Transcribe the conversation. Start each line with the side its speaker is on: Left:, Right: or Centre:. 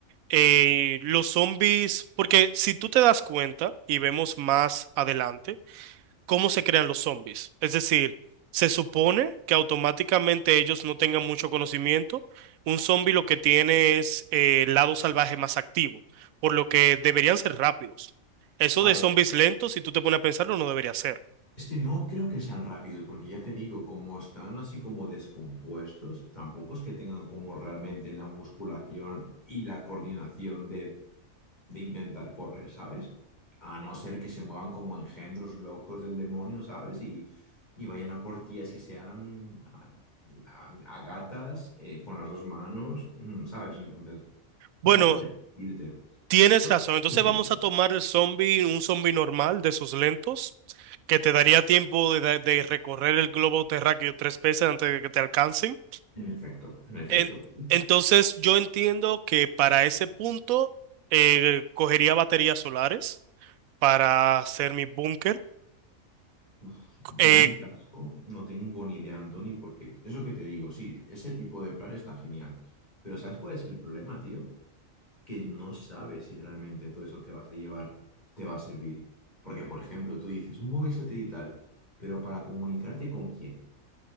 Right: eh, los zombies, porque si tú te das cuenta y vemos más adelante, cómo se crean los zombies. Es decir, se supone que automáticamente ellos no tengan mucho conocimiento. Un zombie lo que tiene es eh, el lado salvaje más activo, por lo que deberían ser rápidos. Eso
Left: A
Right: de
Left: ver,
Right: zombies lentos, si tú te pones a pensarlo, no debería ser.
Left: es que no creo que sean rápidos, porque ya te digo, como están así como descompuestos, tampoco es que tengan como realmente la musculación y la coordinación de de intentar correr, ¿sabes? A no ser que se muevan como engendros locos del demonio, ¿sabes? Y, y vayan a por ti así sean a, a- a gatas, eh, con las dos manos, mm, ¿sabes? Entonces,
Right: Bueno,
Left: no sabría decirte.
Right: Tienes
Left: Todo
Right: razón.
Left: es
Right: Entonces
Left: posible.
Right: vamos a tomar el zombie, un zombie normal de esos lentos, que te daría tiempo de, da- de recorrer el globo terráqueo tres veces antes de que te alcancen.
Left: En efecto, en efecto.
Right: En- entonces yo entiendo que para ese punto eh, cogería baterías solares para hacer mi búnker.
Left: Uf,
Right: Eh,
Left: Yo en mi caso no tengo ni idea, Anthony, porque es lo que te digo, sí, ese tipo de plan está genial. Pero ¿sabes cuál es el problema, tío? que no sabes si realmente todo eso que vas a llevar te va a servir. Porque, por ejemplo, tú dices un móvil satelital, pero para comunicarte con quién.